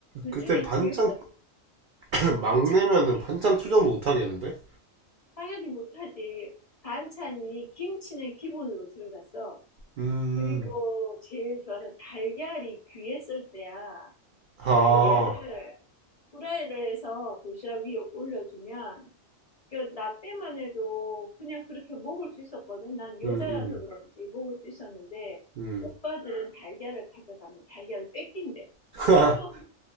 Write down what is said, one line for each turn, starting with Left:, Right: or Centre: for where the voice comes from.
Right: 그때
Left: 중에
Right: 반찬,
Left: 제일 좋았던 게
Right: <clears throat>
Left: 반찬이
Right: 막내면은 반찬 투정도 못 하겠는데?
Left: 당연히 못하지. 반찬이 김치는 기본으로 들어갔어.
Right: 음,
Left: 그리고 제일 좋아하는 달걀이 귀했을 때야.
Right: 아,
Left: 달걀을 후라이를 해서 도시락 위에 올려주면 그 나 때만 해도 그냥 그렇게 먹을 수 있었거든. 난 여자라서
Right: 음, 음,
Left: 그런지 먹을 수 있었는데
Right: 음.
Left: 오빠들은 달걀을 가져가면 달걀을 뺏긴대.
Right: <laughs>
Left: 뚜껑,